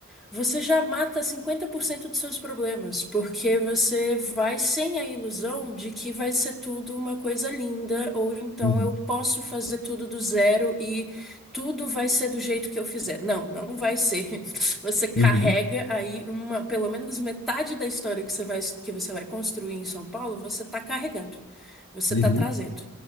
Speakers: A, in the centre; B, on the left.
A: Você já mata 50% dos seus problemas, porque você vai sem a ilusão de que vai ser tudo uma coisa linda, ou então
B: Uhum,
A: eu posso fazer tudo do zero e tudo vai ser do jeito que eu fizer. Não, não vai ser. <laughs> Você carrega
B: uhum,
A: aí uma, pelo menos metade da história que você vai, que você vai construir em São Paulo, você está carregando, você
B: uhum,
A: está trazendo.